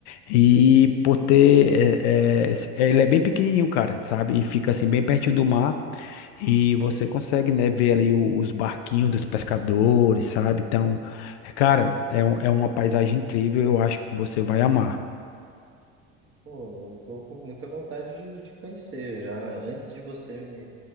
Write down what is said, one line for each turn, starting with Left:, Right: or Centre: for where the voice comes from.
Left: e
Right: Sim.
Left: por ter, é, é, ele é bem pequenininho, cara, sabe? E fica, assim, bem pertinho do mar e você consegue, né, ver ali o- os barquinhos dos pescadores, sabe? Então, cara, é, um- é uma paisagem incrível, eu acho que você vai amar.
Right: Pô, eu tô com muita vontade de, de conhecer já. Antes de você me,